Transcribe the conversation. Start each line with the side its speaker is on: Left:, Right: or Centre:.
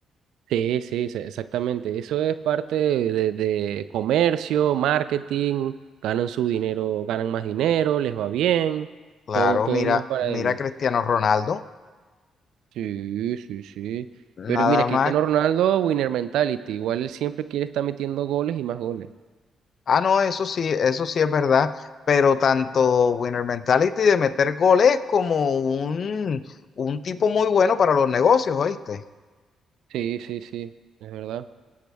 Right: sí, sí, sí, exactamente. Eso es parte de, de comercio, marketing, ganan su dinero, ganan más dinero, les va bien,
Left: Claro,
Right: todo, todo
Left: mira,
Right: bien para ellos.
Left: mira a Cristiano Ronaldo,
Right: Sí, sí, sí.
Left: nada
Right: Pero mira,
Left: más.
Right: Cristiano Ronaldo, winner mentality. Igual él siempre quiere estar metiendo goles y más goles.
Left: Ah, no, eso sí, eso sí es verdad, pero tanto Winner Mentality de meter goles como un, un tipo muy bueno para los negocios, ¿oíste?
Right: Sí, sí, sí, es verdad.